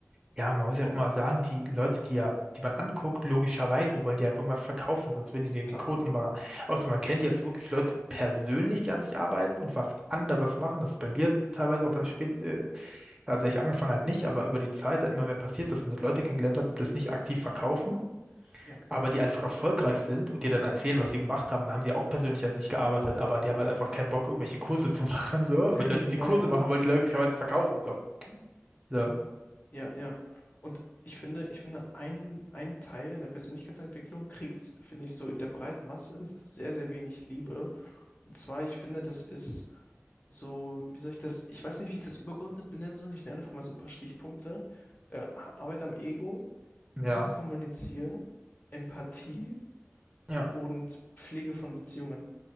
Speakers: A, on the right; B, on the left.
A: Ja, man muss ja auch immer sagen, die Leute, die ja, die man anguckt, logischerweise wollen die einem irgendwas verkaufen, sonst würden die den
B: Klar,
A: Code nicht mal ran. Außer man kennt jetzt wirklich Leute persönlich, die an sich arbeiten und was anderes machen. Das ist bei mir teilweise auch dann spät, äh, also ich angefangen halt nicht, aber über die Zeit dann immer mehr passiert, dass man dort Leute kennengelernt hat, die das nicht aktiv verkaufen,
B: ja,
A: aber die einfach erfolgreich sind und dir dann erzählen, was sie gemacht haben. Da haben sie auch persönlich an sich gearbeitet, aber die haben halt einfach
B: klar.
A: keinen Bock, irgendwelche Kurse zu <laughs> machen, so.
B: <laughs>
A: Wenn die Leute die
B: Ja,
A: Kurse
B: ja, genau,
A: machen wollen,
B: genau.
A: die logischerweise verkaufen, so. Ja.
B: Ja, ja. Und ich finde, ich finde, ein, ein Teil in der Persönlichkeitsentwicklung kriegt, finde ich, so in der breiten Masse sehr, sehr wenig Liebe. Und zwar, ich finde, das ist so, wie soll ich das, ich weiß nicht, wie ich das übergeordnet benennen soll. Ich nenne einfach mal so ein paar Stichpunkte. Äh, Arbeit am Ego,
A: Ja.
B: gut kommunizieren, Empathie
A: Ja.
B: und Pflege von Beziehungen.